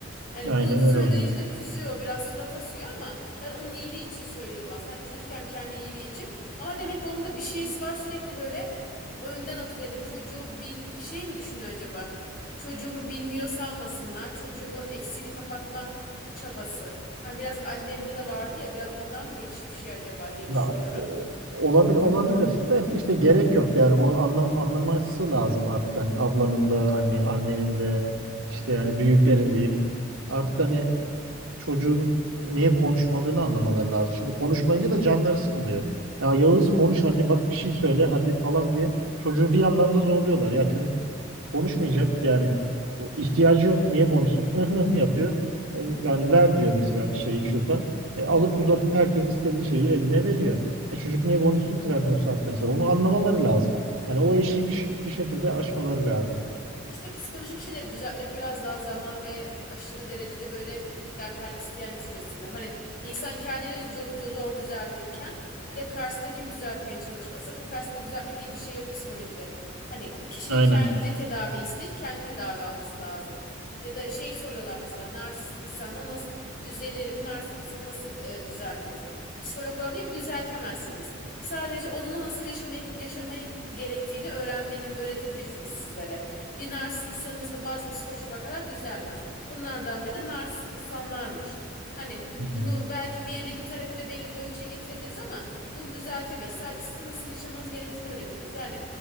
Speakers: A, on the left; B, on the right.
A: Yani
B: Aynen
A: bu söyleyince
B: öyle oluyor.
A: de küsüyor biraz surat asıyor ama ben onun iyiliği için söylüyorum aslında. Hem çocuk hem kendi iyiliği için. Ama demek onun da bir şeysi var sürekli böyle önden atıyor. Yani çocuğum bil şey mi düşünüyor acaba? Çocuğumu bilmiyor sanmasınlar. Çocuğumun eksiğini kapatma çabası. Hani biraz annemde de vardı ya biraz ondan mı geçiş bir şey acaba diye düşünüyorum.
B: Ya, o- olabilir olabilir de işte gerek yok yani onu anlam anlaması lazım artık hani ablanın da hani annenin de işte yani büyüklerin diyeyim. Artık hani çocuğun niye konuşmadığını anlamaları lazım. Şimdi konuşmayınca da canları sıkılıyor. Ya Yağız konuş hadi bak bir şey söyle hadi falan diye çocuğu bir yandan da zorluyorlar. Ya çocuk konuşmayacak yani O ihtiyacı yok niye konuşsun <laughs> Ihı yapıyor. E, Yani ver diyor mesela bir şeyi şuradan. E, alıp uzatıp herkes istediği şeyi eline veriyor. E, çocuk niye konuşsun ki zaten o saatten sonra onu anlamaları lazım. Yani o eşiği bir, şi- bir şekilde aşmaları lazım.
A: İşte psikolojik şeyleri düzeltmek biraz daha zaman ve aşırı derecede böyle fedakarlık isteyen bir süreç sanırım. Hani insan kendini zor, zor düzeltirken bir de karşısındakini düzeltmeye çalışması. Zaten karşısında düzeltmediği bir şey yok psikolojide. Hani kişinin
B: Aynen.
A: kendi tedavi isteyip kendi tedavi alması lazım. Ya da şey soruyorlar mesela narsist insanla nasıl düzelir mi? Narsist insanı nasıl e, düzeltiriz? Psikologlar diyor ki düzeltemezsiniz. Sadece onunla nasıl yaşamayı, yaşamayı gerektiğini öğrenmeni öğretebiliriz biz sizlere. Bir narsist insanın mesela bazı psikolojik vakalar düzelmez. Bunlardan biri de narsist insanlarmış. Hani
B: Hmm.
A: bunu belki bir elle bir terapide belli bir ölçüye getirebiliriz ama bunu düzeltemeyiz. Sadece sizin nasıl yaşamanız gerektiğini öğretiriz. Yani